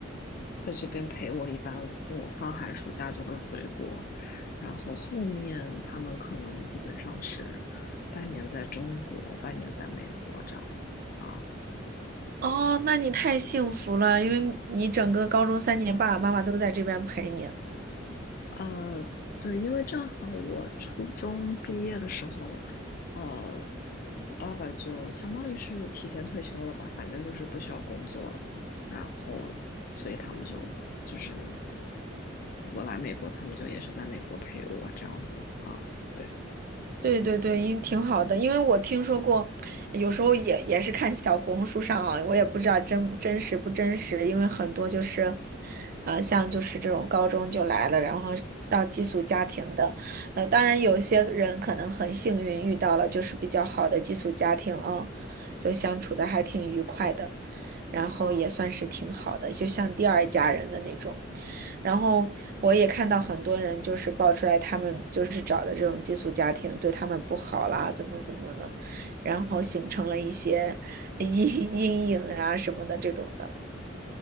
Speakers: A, on the left; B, on the right.
A: 在这边陪我，一般我放寒暑假就会回国，然后后面他们可能基本上是半年在中国，半年在美国这样子啊。
B: 哦，那你太幸福了，因为你整个高中三年，爸爸妈妈都在这边陪你。
A: 呃，对，因为正好我初中毕业的时候，呃，我爸爸就相当于是提前退休了吧，反正就是不需要工作了，然后所以他们就就是我来美国，他们就也是在美国陪我这样子啊。对。
B: 对对对，因挺好的，因为我听说过，有时候也也是看小红书上啊，我也不知道真真实不真实，因为很多就是，呃，像就是这种高中就来了，然后到寄宿家庭的，呃，当然有些人可能很幸运遇到了就是比较好的寄宿家庭啊，就相处的还挺愉快的，然后也算是挺好的，就像第二家人的那种。然后我也看到很多人就是爆出来，他们就是找的这种寄宿家庭对他们不好啦，怎么怎么的，然后形成了一些阴 <laughs> 阴影啊什么的这种的，